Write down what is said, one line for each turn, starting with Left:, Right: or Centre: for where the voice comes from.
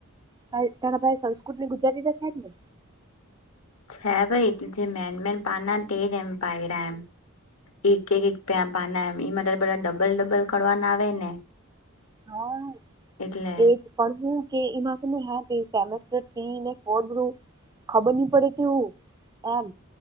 Right: ભ તને ભાઈ સંસ્કૃત ને ગુજરાતી તો થાય જ ને.?
Left: છે ભાઈ એટલ જે મેન મેન પાના જ એમ પાયરા એમ. એક એક એક પ્યાં પાના એમ માં તારે બધા ડબલ ડબલ કરવાના આવે ને.
Right: હા તેજ.
Left: એટલે
Right: પું કે એે. <inaudible> ખબર નહી પડે તેવું એમ